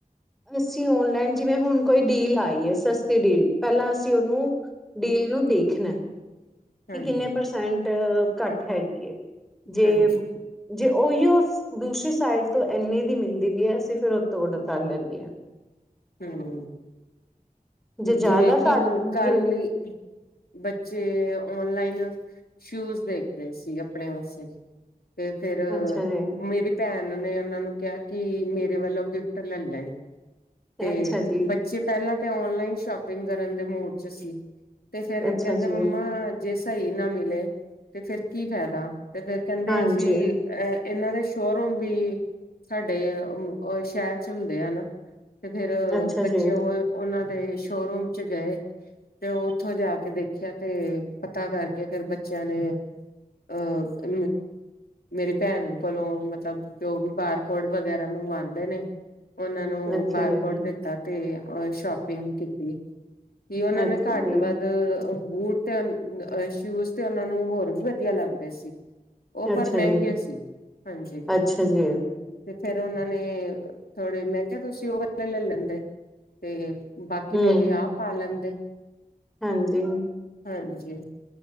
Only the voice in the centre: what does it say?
ਅਸੀਂ ਓਨਲਾਈਨ ਜਿਵੇਂ ਹੁਣ ਕੋਈ ਡੀਲ ਆਈ ਹੈ, ਸਸਤੀ ਡੀਲ, ਪਹਿਲਾਂ ਅਸੀਂ ਉਹਨੂੰ ਡੀਲ ਨੂੰ ਦੇਖਣਾ
ਕਿ ਕਿੰਨੇ ਪਰਸੈਂਟ? ਘੱਟ ਹੈਗੀ ਜੇ
-ਜੇ ਓਹੀਓ ਦੂਸਰੀ ਸਾਈਡ ਤੋਂ ਇੰਨੇ ਦੀ ਮਿਲਦੀ ਵੀ ਹੈ, ਅਸੀਂ ਫਿਰ ਉਤੋਂ ਔਡਰ ਕਰ ਲੈਂਦੇ ਹਾਂ।
ਜੇ ਜ਼ਿਆਦਾ
ਘੱਟ
ਜਿਵੇਂ
ਅੱਛਾ ਜੀ
ਅੱਛਾ ਜੀ
ਅੱਛਾ
ਜੀ
ਹਾਂਜੀ
ਅੱਛਾ
ਜੀ
ਅੱਛਾ
ਜੀ
ਅੱਛਾ
ਜੀ
ਅੱਛਾ
ਜੀ
ਅੱਛਾ ਜੀ
ਹਮ
ਹਾਂਜੀ